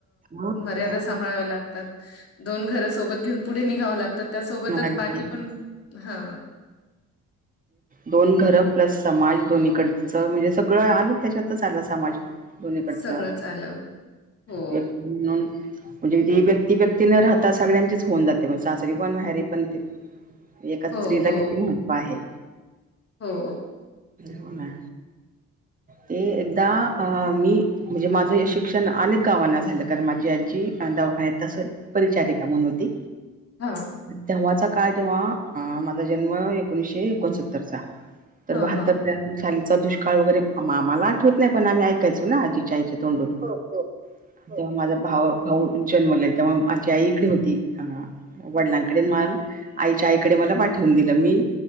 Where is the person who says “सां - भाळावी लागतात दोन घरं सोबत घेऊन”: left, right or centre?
Left